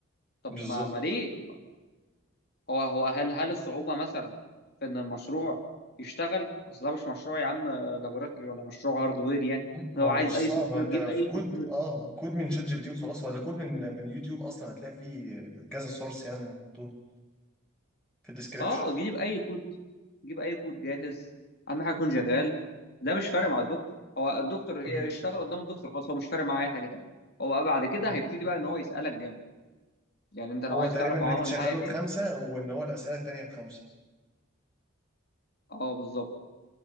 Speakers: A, on the left; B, in the centre.
A: طب
B: بالظبط
A: ما, ما ليه هو هو هل هل الصعوبه مثلا في ان المشروع يشتغل اصل ده مش مشروع يا عم لابوراتوري ولا مشروع هاردوير يعني
B: ما
A: هو
B: هو
A: عايز
B: مش
A: اي
B: صعب
A: سوفت
B: انت
A: وير جيب
B: في
A: اي
B: كود
A: سوفت وير
B: اه كود من شات جي بي تي وخلاص ولا كود من من يوتيوب اصلا هتلاقي فيه كذا سورس يعني محطوط في الديسكربشن
A: اه جيب اي كود جيب اي كود جاهز اهم حاجه يكون شغال ده مش فارق مع الدكتور هو الدكتور يشتغل
B: مم.
A: قدام الدكتور خلاص هو مش فارق معاه اي حاجه تانيه هو بقى بعد كده
B: مم.
A: هيبتدي بقى ان هو يسالك جامد يعني انت لو
B: هو
A: عايز
B: تقريبا
A: تعرف
B: انك
A: هو عمل
B: تشغله
A: معايا ايه
B: بخمسة وان هو الاسئلة التانية بخمسة
A: اه بالظبط